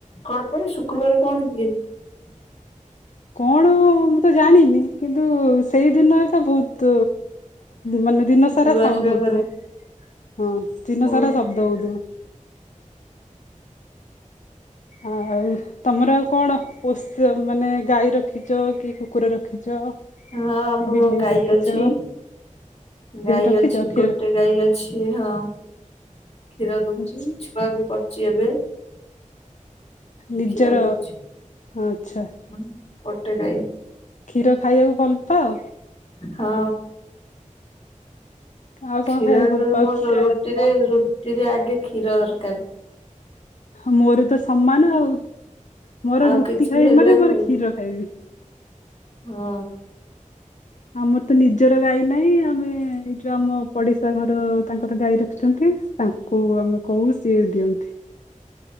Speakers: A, on the left; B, on the left.
A: କଣ ପାଇଁ ଶୁକ୍ରବାର କଣ। <unintelligible>
B: କଣ ମୁଁ ଜାଣିନି କିନ୍ତୁ, ସେଇ ଦିନ ଏକା ବହୁତ୍ ମାନେ, ଦିନ ସାରା
A: ଯିବା
B: ସାଉଣ୍ଡ
A: ଆସିବା
B: ହଉଥିବ।
A: କରେ
B: ହଁ, ଦିନ
A: ଓ
B: ସାରା ଶବ୍ଦ ହଉଥିବ। ଆଉ ତମର କଣ ପୋ <unintelligible> ମାନେ ଗାଈ ରଖିଛ। କି କୁକୁର ରଖିଛ।
A: ହଁ ଆମର
B: କି ବିଲେଇ
A: ଗାଈ
B: ରଖିଛ
A: ଅଛି। ଗାଈ
B: ରଖିଛ
A: ଅଛି,
B: କ୍ଷୀର
A: ଗୋଟେ ଗାଈ ଅଛି ହଁ କ୍ଷୀର ଦଉଛି,
B: ଆଛା
A: ଛୁଆ ବି କରିଛି ଏବେ
B: ନିଜର
A: କ୍ଷୀର ଦଉଛି <unintelligible>
B: ଆଚ୍ଛା
A: ଗୋଟେ ଗାଈ।
B: କ୍ଷୀର ଖାଇବାକୁ ଭଲ ପାଅ?
A: ହଁ।
B: ଆଉ କଣ
A: କ୍ଷୀର
B: ଖାଇବାକୁ
A: <unintelligible>
B: ଭଲ ପାଅ କ୍ଷୀର
A: ରୁଟିରେ,
B: ଜାତୀୟ
A: ରୁଟିରେ ଆଗେ କ୍ଷୀର ଦରକାର।
B: ମୋର ତ ସମାନ ଆଉ ମୋର
A: ଆଉ
B: ରୁଟି
A: କିଛି
B: ଖାଇବି
A: ହେଲେ
B: ମାନେ
A: ହଉ
B: ମୋର କ୍ଷୀର ଖାଇବି।
A: ହଁ।
B: ଆମର ତ ନିଜର ଗାଈ ନାହିଁ ଆମେ ଏଇ ଯୋଉ ଆମ ପଡିଶା ଘର ତାଙ୍କର ଗାଈ ରଖିଚନ୍ତି। ତାଙ୍କୁ ଆମେ କହୁ ସିଏ ଦିଅନ୍ତି।